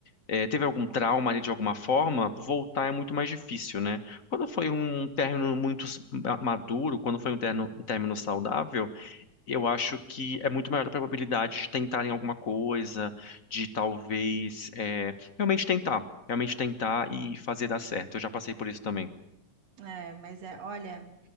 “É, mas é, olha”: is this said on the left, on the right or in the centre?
Right